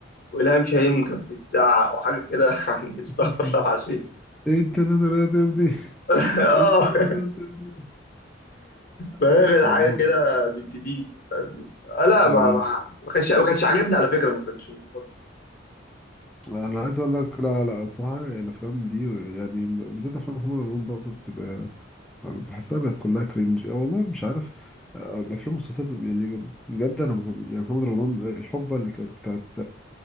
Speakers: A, on the left (about 50°); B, in the centre.
A: والهام شاهين كانت بتزعق وحاجه كده <laughs> يعني استغفر
B: <laughs>
A: الله العظيم <laughs>
B: ايه التنازلات دي
A: اه
B: ايه التنازلات دي
A: فهي
B: الموضوع
A: كانت حاجه كده بنت تيت فاهمني آه، لا
B: لا
A: ما ما ما كانش ما كانش عاجبني على فكره ما كانش المفضل
B: لا، انا عايز اقول لك لا لا الصراحه يعني الافلام دي يعني بالذات افلام محمد رمضان برضو بتبقى بحسها بقت كلها كرنج أه والله مش عارف آه، الافلام والمسلسلات يعني بجد انا مح- يعني محمد رمضان الحقبه اللي كانت بتاعت